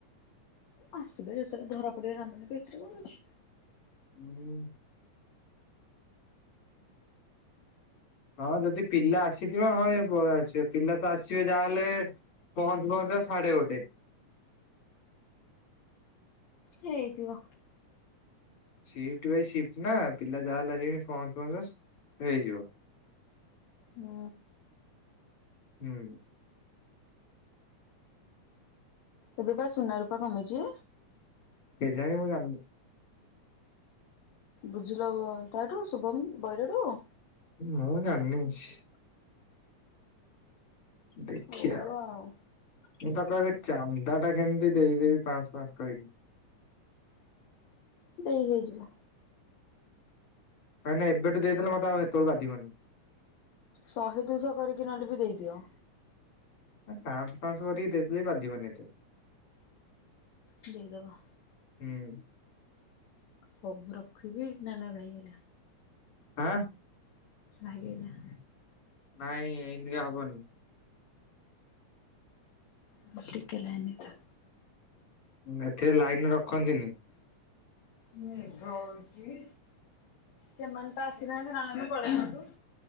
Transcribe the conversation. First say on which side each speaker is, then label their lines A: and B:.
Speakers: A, on the left; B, on the left.
A: ଆସିବେ ଯେତେବେଳେ ଧରା ପଡ଼ିବେ ନାମ ନେବେ ଏଥିରେ କଣ ଅଛି।
B: ହୁଁ। ହଁ ଯଦି ପିଲା ଆସିଥିବେ ହଁ ଇଏ ପଳେଇ ଆସିବ ପିଲା ତ ଆସିବେ ଯାହାହେଲେ ପହଞ୍ଚୁ ପହଞ୍ଚୁ ତ ସାଢ଼େ ଗୋଟେ।
A: ହେଇଥିବ।
B: ସିପ୍ଟ ପାଇଁ ସିପ୍ଟ ନା ପିଲା ଯାହା ହେଲେ <unintelligible> ପହଂଚୁ ପହଂଚୁ ହେଇଯିବ।
A: ହୁଁ।
B: ହୁଁ।
A: ଏବେ ବା ସୁନା ରୂପା କମିଚି?
B: <unintelligible> ମୁଁ ଜାଣିନି।
A: ବୁଝିଲ ତାଠୁ ଶୁଭମ୍ <unintelligible>
B: ମୁଁ ଜାଣିନି କିଛି। ଦେଖିଆ
A: ହଉ ଆଉ
B: ମୁଁ ତାକୁ ଆଗେ ଚାନ୍ଦା ଟା ଏମିତି ଦେଇ ଦେବି ପାଁଆସ ପାଁଆସ କରିକି।
A: ଦେଇ <unintelligible>
B: ନାଇଁ ନାଇଁ ଏବେଠୁ ଦେଇଦେଲେ ମତେ ଆଉ ହେତେବେଳକୁ ବାଧିବନି।
A: ଶହେ ଦୁଇଶହ କରିକି ନହେଲେ ବି ଦେଇଦିଅ।
B: ପାଁଆସ ପାଁଆସ କରିକି ଦେଇଦେଲେ ବି ବାଧିବନି ଏତେ।
A: ଦେଇଦେବ।
B: ହୁଁ।
A: ହଉ ମୁଁ ରଖିବି ନା ନା ଭାଇ ହେଲା।
B: ଆଁ।
A: ଭାଇ ଆଇଲା।
B: ନାଇଁ ଏଇନିକା ହବନି।
A: <unintelligible> ଟିକେ ଲାଇନି ରେ ଥା।
B: ଏଥିରେ ଲାଇନ୍ ରେ ରଖନ୍ତିନି।
A: ମେଘ ହଉଚି? ସେମାନେ ପା ଆସି ନାହାନ୍ତି ନହେଲେ ଆମେ ପଳେଇଥାନ୍ତୁ।